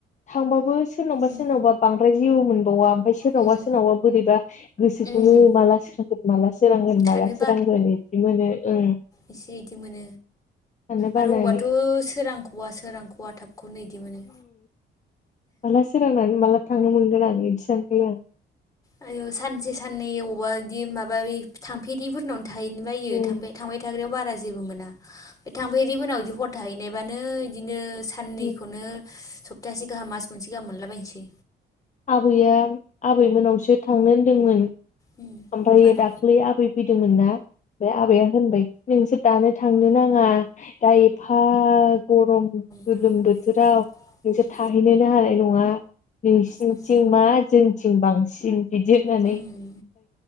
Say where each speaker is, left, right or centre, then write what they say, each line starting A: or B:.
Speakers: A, on the left; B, on the left.
A: थांबाबो। सोरनावबा
B: उम
A: सोरनावबा बांद्राय जेबो मोनबावा। ओमफ्राय सोरनावबा
B: उम
A: सोरनावबा बोरैबा गोसोखौनो
B: उम
A: माला सोरांगोन माला सोरांगोन
B: थानो
A: माला सोरांगोन। मोनो ओं।
B: इसे इदि मोनो।
A: थानो
B: आरो
A: बानानै।
B: अबावबाथ' सोरांखवा सोरांखवा थाबखौनो इदि मोनो।
A: माला सोरांनानै माला थांनो मोनगोन आं बिदि सानखायो आं।
B: आयु सानसे साननै अबावबा बिदि माबा थांफेरिफोरनाव थाहैनो बायो
A: उम
B: थांबाय थाग्रायाव बारा जेबो मोना थांफेरिफोरनाव इदि हर थाहैनायबानो बिदिनो। साननैखौनो
A: उम
B: सप्ताहासे गाहाम मास मोनसे गाहाम मोनलाबायनोसै।
A: आबैया आबैमोनावसो थांनो होनदोंमोन।
B: माला
A: ओमफ्रायो दाखलै आबै फैदोंमोनना ओमफ्राय आबैया होनबायखि नोंसोर दानो थांनो नाङा दा एफा गरम
B: ना
A: गोलोम
B: ओं
A: बोथोराव नोंसोर
B: उम
A: थाहैनोनो हानाय नङा। नोंसिनिथिं
B: उम
A: मा जोंनिथिं बांसिन बिदि होननानै
B: उम